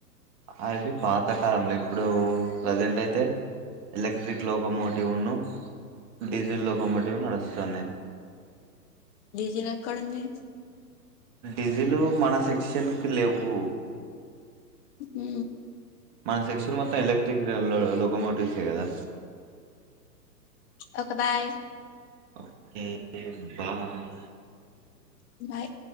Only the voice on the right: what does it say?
అవి పాతకాలంలో ఇప్పుడు ప్రజెంట్ అయితే ఎలక్ట్రిక్ లో ఒక మోటివ్ను డీజిల్ లో ఒక మోటివ్ నడుస్తున్నాయి.
డీజిల్ మన సెక్షన్కి లేవు.
మన సెక్స్లు మొత్తం ఎలక్ట్రిక్ లోకమోటివ్సే కదా.
Okay bye